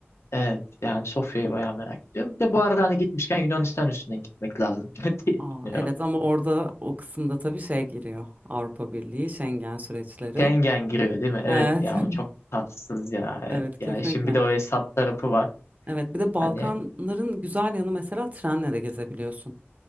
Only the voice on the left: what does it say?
Evet yani Sofya'yı bayağı merak ediyorum. Bir de bu arada hani gitmişken Yunanistan üstünden gitmek lazım <laughs> diye
düşünüyorum.
Schengen giriyor değil mi? Evet
ya
o çok tatsız ya. Evet.
Ya
işin bir de o hesap tarafı var.
Hani